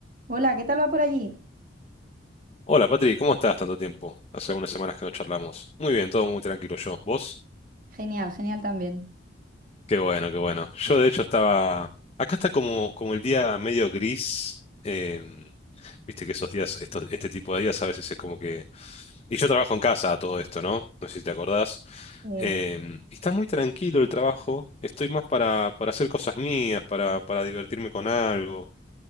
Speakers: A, on the right; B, on the left.
A: Hola, ¿qué tal va por allí?
B: Hola Patri, ¿cómo estás? Tanto tiempo. Hace unas semanas que no charlamos. Muy bien, todo muy tranquilo yo. ¿Vos?
A: Genial, genial también.
B: Qué bueno, qué bueno. Yo de hecho estaba... Acá está como, como el día medio gris. eh, viste que esos días, estos- este tipo de días a veces es como que... Y yo trabajo en casa a todo esto, ¿no? No sé si te acordás.
A: Eh,
B: Eh, y está muy tranquilo el trabajo. Estoy más para, para hacer cosas mías, para, para divertirme con algo.